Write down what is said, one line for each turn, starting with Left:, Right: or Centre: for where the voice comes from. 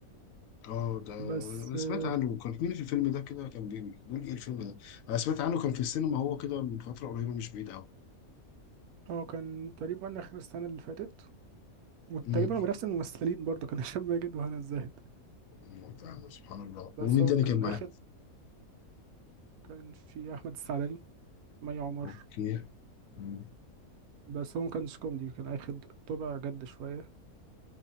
Left: اه ده انا
Right: بس اه
Left: سمعت عنه كان مين في الفيلم ده كده كان بي- بيقول ايه الفيلم ده انا سمعت عنه كان في السينما هو كده من فتره قريبه مش بعيد قوي
Right: آه، كان تقريبا اخر السنة اللي فاتت وتقريبا
Left: امم
Right: هو بنفس الممثلين برضه كان هشام ماجد وهنا الزاهد
Left: أيوة، فعلا، سبحان الله
Right: بس
Left: ومين
Right: هو
Left: تاني
Right: كان
Left: كان معاك
Right: اخر كان في احمد السعداني مي عمر
Left: اوكي أمم،
Right: بس هو ما كانش كوميدي كان اخد طابع جد شويه